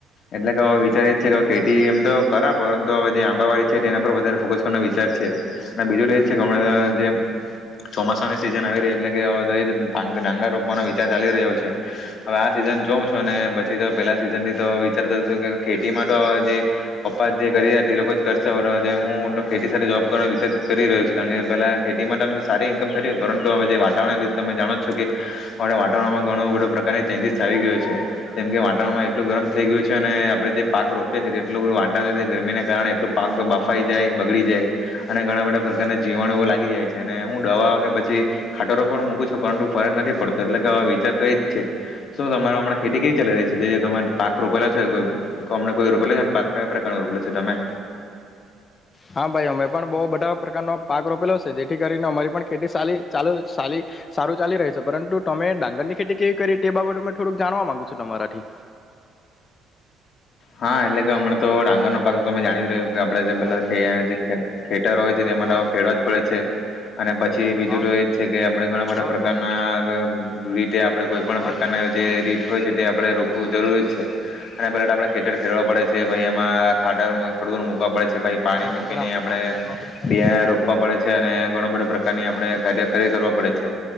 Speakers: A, on the left (about 55°); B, on the left (about 35°).
A: એટલે કેવે વિચાર એ છે કે ખેતી એમ તો કરા પરંતુ હવે જે આંબાવાડી છે તેના પર વધારે ફોકસનો વિચાર છે અને બીજું તો એ છે કે હણાં જે ચોમાસાની સિઝન આવી રહી એટલે કે તો જ ડાંગર રોપવાનો વિચાર ચાલી રહ્યો છે હવે આ સિઝન જોઉં છું અને પછી તો પેલા સિઝન થી તો વિચાર કર છું કે ખેતી માટે તો જે પપ્પા જે કરી રહ્યા એ લોકો જ કરશે હું તો ખેતી સાથે જોબ કરવાનો વિચાર કરી રહ્યો છું કારણ કે પેલા ખેતી માટે આમ તો સારી ઈન્કમ થતીય પરંતુ હવે જે વાતાવરણ ને લીધે તમે જાણો છો કે આપણા વાતાવરણમાં ઘણું બધું પ્રકારની ચેન્જીસ આવી ગયું છે જેમ કે વાતાવરણમાં એટલું ગરમ થઈ ગયું છે ને આપડણે જે પાક રોપએીએ એટલું બધું વાટવરણ ગરમીને કારણે એટલું પાક બાફાઈ જાય બગડી જાય અને ઘણા બધા પ્રકારના જીવાણુઓ લાગી જાય છે અને હું દવા કે પછી ખાટરો પણ મૂક પરંતુ ફરક નથી પડતો એટલે કે હવે વિચાર તો એજ છે શું તમારે હમણાં ખેતી ખરી ચાલી રહી છે જે તમારે પાક રોપેલો છે કો અમને કોઈ રોપેલો છે પાક કયા પ્રકાર ન રોપેલો છે તમે
B: હા ભાઈ અમે પણ બહુ બધા પ્રકારનો પાક રોપેલો છે જેથી કરીને અમારી પણ ખેતી સાલી ચાલી ચાલી સારું ચાલી રહી છે પરંતુ તમે ડાંગર ની ખેતી કેવી કરી તે બાબત થોડુંક જાણવા માંગુ છું તમારાથી
A: હા એટલે કે હમણાં તો ડાંગર નો પાક તો તમે જાણી જ રહ્યો આપડે જે પેલા
B: હલો
A: ખે યા જે ખેતર હોય છે તેમા
B: હા
A: તો ખેડવા જ પડે છે અને પછી
B: હા
A: બીજું તો એજ છે કે આપડણે ઘણા બધા
B: હા
A: પ્રકારના
B: હા
A: રીતે આપણે કોઈ પણ
B: હા
A: પ્રકારના
B: ઘેર જ છે
A: જે
B: મંદિર
A: રીત હોય છે તે આપણે રોપવું જરૂરી જ છે અને પેલા આપણે ખેતર ખેડવા પડે છે પાછી એમાં ખાટર ખોડુંક મૂકવા પડે છે પછી પાણી મૂકીને
B: હમણાં
A: આપણે
B: પાંચ મિનિટમાં તો ચાલે
A: બીહા રોપવા પડે છે અને ઘણો બધો પ્રકારની
B: છે, પાંચ
A: આપણે
B: મિનિટમાં
A: કાર્ય
B: ફોન
A: કરવા
B: કરું
A: પડે છે